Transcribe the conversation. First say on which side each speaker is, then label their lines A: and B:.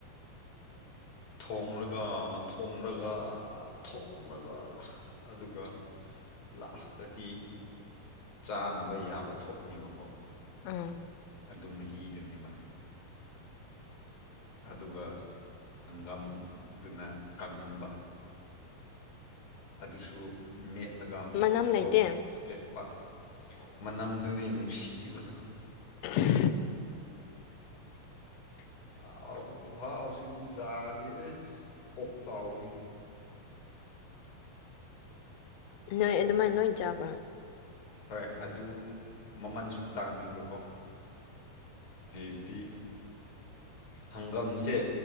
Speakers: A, on the left (about 45°); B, on the left (about 80°).
A: ꯧꯕ ꯄ ꯊꯣꯛꯂꯒ ꯑꯗꯨꯒ ꯂꯥꯁꯇꯗꯤ ꯆꯥꯅꯕ ꯌꯥꯕ ꯊꯣꯛꯅꯤꯡꯕꯀꯣ
B: ꯎꯝ
A: ꯑꯗꯨ ꯃꯍꯤꯗꯅꯦꯕ ꯑꯗꯨꯒ ꯍꯪꯒꯥꯝꯗꯨꯅ ꯀꯪꯍꯟꯕ ꯑꯗꯨꯁꯨ ꯃꯦꯠꯂꯒ
B: ꯃꯅꯝ
A: ꯃꯣꯔꯣꯛ
B: ꯂꯩꯇꯦ
A: ꯑꯇꯦꯛꯦꯛꯄ ꯃꯅꯝꯗꯨꯅ ꯅꯨꯡꯁꯤꯕꯗꯣ
B: <inaudible>
A: ꯑ ꯈꯨꯍꯕꯁꯤꯗꯤ ꯆꯥꯔꯗꯤ ꯑꯦ ꯀꯣꯛ ꯆꯥꯎꯕꯅꯤ
B: ꯅꯣꯏ ꯑꯗꯨꯃꯥꯏꯅ ꯂꯣꯏ ꯆꯥꯕ꯭ꯔꯥ
A: ꯍꯣꯏ ꯑꯗꯨ ꯃꯃꯜꯁꯨ ꯇꯥꯡꯉꯦꯕꯀꯣ ꯍꯥꯏꯕꯗꯤ ꯍꯪꯒꯥꯝꯁꯦ